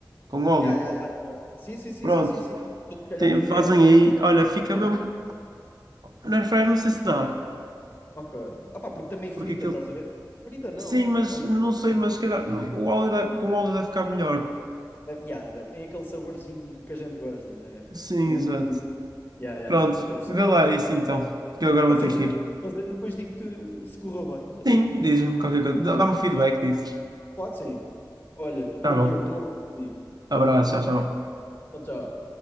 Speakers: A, on the right (about 60°); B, on the left (about 25°).
A: com óleo.
B: Ya, ya, ya. Sim, sim, sim,
A: Pronto,
B: sim, sim, sim. Então, Se calhar
A: Tem-
B: mesmo
A: fazem
B: na airfryer.
A: aí,
B: também
A: olha,
B: dá para
A: fica
B: fazer.
A: mesmo, na air fryer não sei se dá,
B: Ok. Ah pá, porque também frita,
A: porque aquilo,
B: estás a ver? Frita não,
A: sim, mas
B: eh, é um
A: não
B: forno.
A: sei, mas se calhar o óleo dá- com o óleo deve ficar melhor.
B: Eh, yeah, dá- tem aquele saborzinho que a gente gosta, né?
A: Sim,
B: gordurinho
A: exato.
B: gordurinha. Yeah, yeah,
A: Pronto,
B: né? Estou a perceber.
A: vê lá isso então,
B: Bom,
A: que eu agora
B: Vou
A: vou
B: fazer,
A: ter que ir.
B: vou fazer e depois digo-te se correu bem. Olha,
A: Sim, diz-me qualquer coisa, dá- dá-me feedback disso.
B: claro que sim. Olha, grande
A: Tá bom,
B: Diogo, um abraço, amigo.
A: abraço, tchau, tchau.
B: Tchau, tchau.